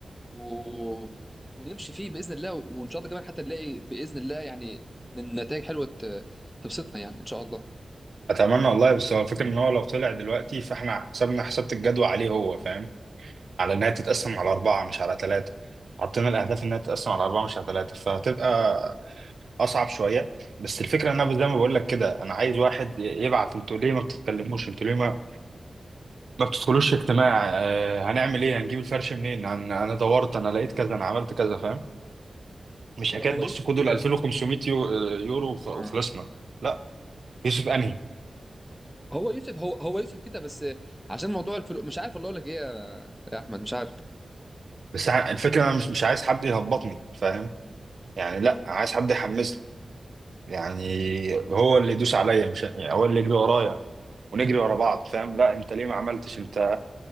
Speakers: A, in the centre; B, on the right (about 65°).
A: و... ونمشي فيه باذن الله وان شاء الله كمان حتى نلاقي باذن الله يعني نتائج حلوه ت- تبسطنا يعني ان شاء الله
B: اتمنى والله بس هو الفكره ان هو لو طلع دلوقتي فاحنا حسبنا حسبت الجدوى عليه هو فاهم على انها تتقسم على اربعه مش على ثلاثه حطينا الاهداف انها تتقسم على اربعه مش على ثلاثه فهتبقى اصعب شويه بس الفكره ان انا زي ما بقول لك كده انا عايز واحد يبعت انتوا ليه ما بتتكلموش انتوا ليه ما ما بتدخلوش اجتماع آه هنعمل ايه هنجيب الفرش منين هن... انا دورت انا لقيت كذا انا عملت كذا فاهم مش
A: هو
B: حكايه
A: هو
B: بص
A: يوسف
B: خدوا
A: كده
B: ال 2500 يو... يورو وف- وفلوسنا
A: آه.
B: لا يوسف انهي
A: هو يوسف هو هو يوسف كده بس عشان موضوع الفلوس مش عارف والله اقول لك ايه يا احمد مش عارف
B: بس ع- الفكره انا مش مش عايز حد يهبطني فاهم يعني لا انا عايز حد يحمسني يعني هو اللي يدوس عليا مش يعني هو اللي يجري ورايا ونجري ورا بعض فاهم لا انت ليه ما عملتش انت